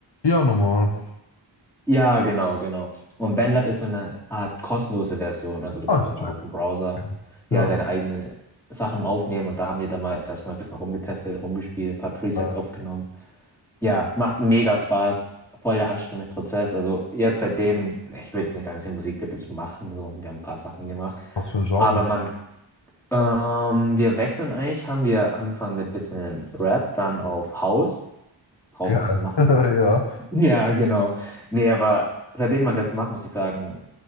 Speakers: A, on the left; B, in the centre.
A: Ja, nochmal.
B: Ja, genau, genau. Und BandLab ist so eine Art kostenlose Version. Also du
A: Ah,
B: kannst
A: ich
B: einfach
A: check.
B: auf dem Browser ja
A: Ja.
B: deine eigenen Sachen aufnehmen und da haben wir dann mal erstmal ein bisschen rumgetestet, rumgespielt, ein paar Presets
A: Äh,
B: aufgenommen. Ja, macht mega Spaß. Voll der anstrengende Prozess. Also jetzt seitdem, ich will jetzt nicht sagen, dass wir Musik wirklich machen, so, wir haben ein paar Sachen gemacht.
A: Was für ein Genre.
B: Aber man, ähm, wir wechseln eigentlich, haben wir angefangen mit bisschen Rap, dann auf House, drauf
A: Geil.
B: was zu machen.
A: <laughs> Ja.
B: Ja, genau. Nee, aber seitdem man das macht, muss ich sagen,